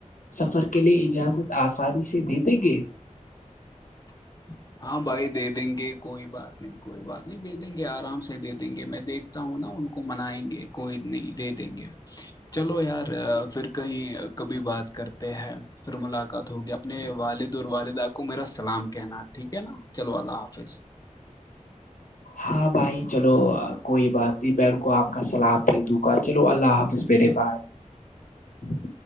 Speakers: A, on the left (about 80°); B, on the left (about 30°).
A: سفر کے لیے اجازت آسانی سے دے دیں گے
B: <inaudible> ہاں بھائی دے دیں گے کوئی بات نہیں کوئی بات نہیں دے دیں گے آرام سے دے دیں گے میں دیکھ ہو نا ان کو منائیں گے کوئی نہیں دے دیں گے چلو یار پھر کہیں کبھی بات کرتے ہیں پھر ملاقات ہوگی اپنے والد اور والدہ کو میرا سلام کہنا ٹھیک ہے نا چلو اللہ حافظ
A: ہاں بھائی چلو کوئی بات نہیں میں ان کو آپ کا سلاام دے دوں گا چلو اللہ حافظ پیرے پائے <unintelligible>